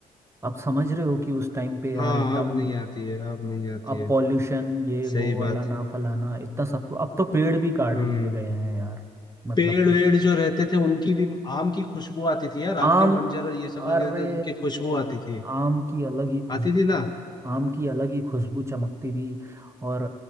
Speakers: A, on the right (about 15°); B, on the left (about 25°).
A: आप समझ रहे हो कि उस टाइम पे यार
B: हाँ
A: एकदम
B: अब नहीं आती है अब नहीं आती
A: अब
B: है
A: पॉल्यूशन ये
B: सही
A: वो अलाना
B: बात
A: फलाना इतना सब कुछ अब तो पेड़ भी काट
B: हम्म
A: दिए गए हैं यार मतलब
B: पेड़
A: कि
B: वेड़ जो रहते थे उनकी भी आम की खुशबू आती थी यार आम
A: आम
B: के मंजर और ये सब लगे
A: अरे
B: रहते थे उनकी खुशबू आती थी
A: आम की अलग ही खुशबू
B: आती थी ना
A: आम की अलग ही खुशबू चमकती थी और